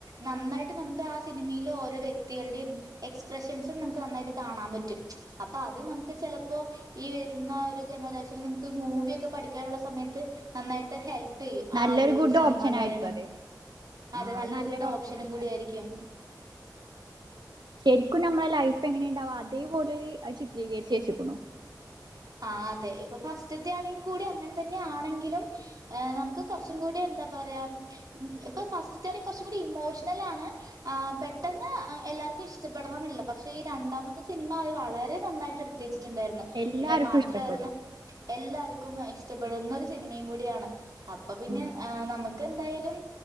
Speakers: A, on the right; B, on the right.
A: നന്നായിട്ട് നമുക്ക് ആ സിനിമയിൽ ഓരോ വ്യക് വ്യക്തികളുടെ എക്സ്പ്രഷൻസും നമുക്ക് നന്നായിട്ട് കാണാൻ പറ്റും അപ്പൊ അത് നമുക്ക് ചിലപ്പോ ഈ വരുന്ന ഒരു ജനറേഷന് നമുക്ക് മൂവിയൊക്കെ പഠിക്കാനുള്ള സമയത്ത് നന്നായിട്ട് ഹെൽപ് പ്പ്ചെയ്യും
B: നല്ലൊരു
A: ആ ഒരു
B: ഗുഡ്
A: സിനിമന്ന്റയണ
B: ഓപ്ഷൻ ആയിരിക്കും അത്
A: അതെ
B: ആ
A: നല്ലൊരു
B: അത്
A: കൂടെ
B: ഓപ്ഷൻ
A: ഓപ്ഷനും
B: ആക്കാ
A: കൂടി ആയിരിക്കും
B: ശരിക്കും നമ്മളെ ലൈഫ് എങ്ങനെുണ്ടാവും അതേപോലെ ചിത്രീകരിച്ച വച്ചക്കണു
A: ആ അതെ ഇപ്പൊ ഫസ്റ്റത്തെ ആണെങ്കിൽ കൂടി അങ്ങനെ തന്നെ ആണെങ്കിലും നമുക്ക് കുറച്ചും കൂടി എന്ത തോരയാ മ് ഇപ്പം ഫസ്‌റ്റി ത്തെയാണെങ്കി കൊറച്ചും കൂടി ഇമോണൽ ആണ് ആ പെട്ടന്ന് അ എന്ത് എല്ലാവർക്കും ഇഷ്ടപ്പെടണംമെന്നില്ല പക്ഷെ ഈ രണ്ടാമത്തെ സിനിമ അവ വളരെ നന്നായിട്ട് എടുത്തിച്ച ണ്ടായി
B: എല്ലാർക്കും
A: പിന്നെ അത് മാത്രല്ല
B: ഇഷ്ടപ്പെടും
A: എല്ലാരിക് ക്കും ഇഷ്ടപ്പെടുന്ന ഒരു സിനിമയും കൂടിയാണ് അപ്പൊ പിന്നെ
B: ഉം.
A: ആ നമുക്ക് എന്തായാലും